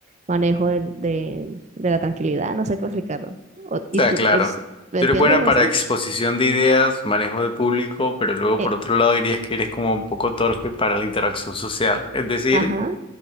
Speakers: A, on the right; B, on the left.
A: manejo del- de, de la tranquilidad, no sé cómo explicarlo. O-
B: Está
A: ¿Y tú
B: claro.
A: os- lo
B: Tú
A: entiendes?
B: eres buena
A: No
B: para
A: sé.
B: exposición de ideas, manejo de público, pero luego
A: Eh,
B: por otro lado dirías que eres como un poco torpe para la interacción social, es decir,
A: ajá.